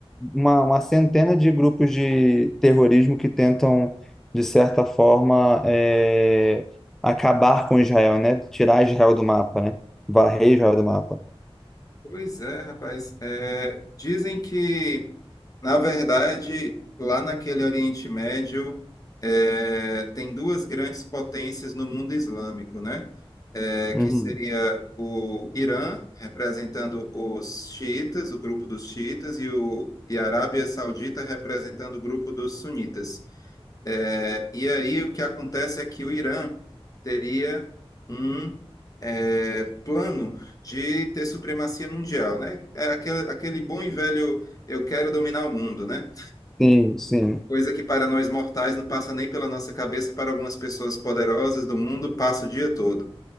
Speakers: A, in the centre; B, on the left (about 35°).
A: uma, uma centena de grupos de terrorismo que tentam, de certa forma, é, acabar com Israel, né? Tirar Israel do mapa, né? Varrer Israel do mapa.
B: Pois é, rapaz. É, dizem que, na verdade, lá naquele Oriente Médio, é, tem duas grandes potências no mundo islâmico, né? É, que
A: Uhum.
B: seria o Irã, representando os xiitas, o grupo dos xiitas, e, o, e a Arábia Saudita, representando o grupo dos sunitas. É, e aí o que acontece é que o Irã teria um é, plano de ter supremacia mundial, né? É aquele, aquele bom e velho eu quero dominar o mundo, né?
A: Sim, sim,
B: Coisa que para nós mortais não passa nem pela nossa cabeça, para algumas pessoas poderosas do mundo passa o dia todo.